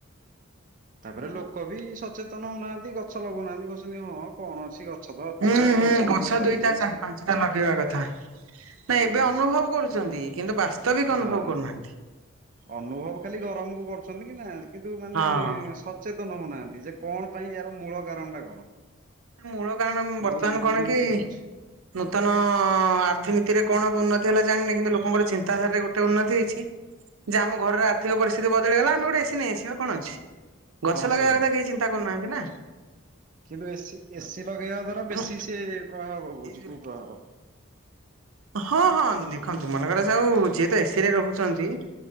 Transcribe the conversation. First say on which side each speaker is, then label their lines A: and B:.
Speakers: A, on the right; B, on the right.
A: ତେଣୁ
B: ତାପରେ ଲୋକ ବି ସଚେତନ ହଉନାହାନ୍ତି ଗଛ ଲଗଉନାହାନ୍ତି କହୁ ଛନ୍ତି ହଁ କଣ ଅଛି ଗଛ ତ ଅଛି
A: ହୁଁ
B: ଆଉ
A: ହୁଁ
B: ଜଙ୍ଗଲ
A: ଗଛ
B: କଣ ସରି
A: ଦୁଇଟା
B: ଯାଉଛି
A: ଚାରି ପାଞ୍ଚଟା ଲଗେଇବା କଥା।
B: ହୁଁ
A: ନାଇଁ ଏବେ ଅନୁଭବ କରୁଛନ୍ତି, କିନ୍ତୁ ବାସ୍ତବିକ ଅନୁଭବ
B: ହଁ।
A: କରୁନାହାନ୍ତି।
B: ଅନୁଭବ ଖାଲି ଗରମ କୁ କରୁଛନ୍ତି କି ନା କିନ୍ତୁ ମାନେ
A: ହଁ।
B: ସଚେତନ ହଉନାହାନ୍ତି। ଯେ କ'ଣ ପାଇଁ ୟାର ମୂଳ କାରଣ ଟା କଣ?
A: ମୂଳ କାରଣ
B: କୋଉ
A: ବର୍ତ୍ତମାନ
B: ଯୋଗୁରୁ
A: କଣ
B: ଏମିତି
A: କି
B: ହଉଛି।
A: ନୂତନ ଆର୍ଥିନୀତି ରେ କଣ ଉନ୍ନତି ହେଲା ଜାଣିନି। କିନ୍ତୁ ଲୋକଙ୍କର ଚିନ୍ତାଧାରାରେ ଗୋଟେ ଉନ୍ନତି ହେଇଛି। ଯେ ଆମ ଘର ର ଆର୍ଥିକ ପରିସ୍ଥିତି ବଦଳିଗଲା ଆମ ଗୋଟେ ଏସି ବା କଣ ଅଛି ଗଛ
B: ହଁ
A: ଲଗେଇବା
B: ସେଇଆ।
A: କଥା କେହି ଚିନ୍ତା କରୁନାହାନ୍ତି ନା
B: କିନ୍ତୁ ଏସି ଏସିି ଲଗେଇବା ଦ୍ଵାରା
A: ତେଣୁ
B: ବେଶୀ ସେ ପ୍ରଭାବ ପକଉଛି
A: ଏଇ ଯୋଉ
B: କୁ ପ୍ରଭାବ।
A: ହଁ ହଁ ଦେଖନ୍ତୁ ମନେକରା ଯାଉ ଯିଏ ତ ଏସି ରେ ରହୁଛନ୍ତି।